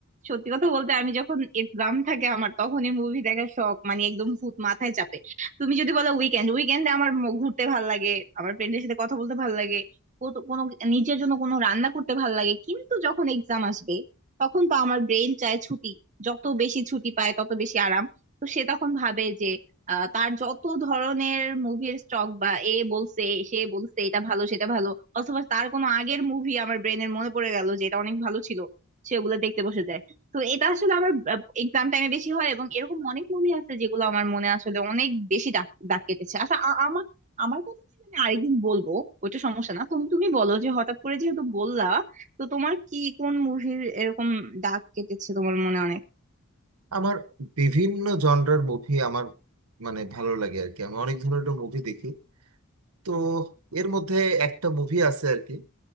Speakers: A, on the right (about 35°); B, on the right (about 80°).
A: সত্যি কথা বলতে আমি যখন এক্সাম থাকে আমার তখনই মুভি দেখার শখ মানে একদম ভূত মাথায় চাপে তুমি যদি বলো উইকেন্ড উইকেন্ডে আমার ম- ঘুরতে ভাল লাগে আমার ফ্রেন্ডের সাথে কথা বলতে ভাল লাগে কত- কোনো নিজের জন্য কোনো রান্না করতে ভাল লাগে কিন্তু যখন এক্সাম আসবে তখন তো আমার ব্রেন চায় ছুটি যত বেশি ছুটি পায় তত বেশি আরাম তো সে তখন ভাবে যে আহ তার যত ধরনের মুভির স্টক বা এ বলছে সে বলছে এটা ভালো সেটা ভালো অথবা তার কোনো আগের মুভি আমার ব্রেনের মনে পড়ে গেল যে এটা অনেক ভালো ছিল সেগুলো দেখতে বসে যায় তো এটা আসলে আমার এক্সাম টাইমে বেশি হয় এবং এরকম অনেক মুভি আছে যেগুলো আমার মনে আসলে অনেক বেশি দাগ দাগ কেটেছে আচ্ছা আ- আমার আমার কথা নিয়ে আমি আরেকদিন বলবো ওইটা সমস্যা না তুমি তুমি বলো যে হঠাৎ করে যেহেতু বললা তো তোমার কি কোন মুভির এরকম দাগ কেটেছে তোমার মনে অনেক
B: আমার বিভিন্ন জনরার মুভি আমার মানে ভালো লাগে আর কি আমি অনেক ধরনের মুভি দেখি তো এর মধ্যে একটা মুভি আছে আর কি